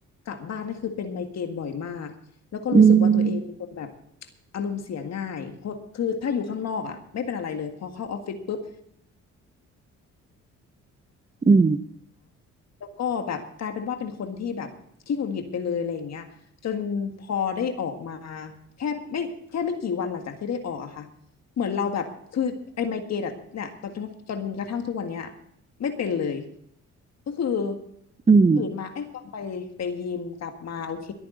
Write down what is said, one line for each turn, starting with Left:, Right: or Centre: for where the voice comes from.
Left: กลับบ้านนี่คือเป็นไมเกรนบ่อยมาก แล้วก็รู้สึกว่าตัวเองเป็นคนแบบ
Right: อืม
Left: อารมณ์เสียง่าย เพราะคือถ้าอยู่ข้างนอกอ่ะไม่เป็นอะไรเลยพอเข้าออฟฟิศปุ๊บ
Right: อืม
Left: แล้วก็แบบกลายเป็นว่าเป็นคนที่แบบขี้หงุดหงิดไปเลยอะไรอย่างเงี้ยจนพอได้ออกมาแค่ไม่แค่ไม่กี่วันหลังจากที่ได้ออกอะค่ะเหมือนเราแบบคือไอ้ไมเกรนอะเนี่ยตอนจนจนกระทั่งทุกวันเนี้ยไม่เป็นเลยก็คือ
Right: อืม
Left: ตื่นมาเอ้ยก็ไปไปยิมกลับมาโอเค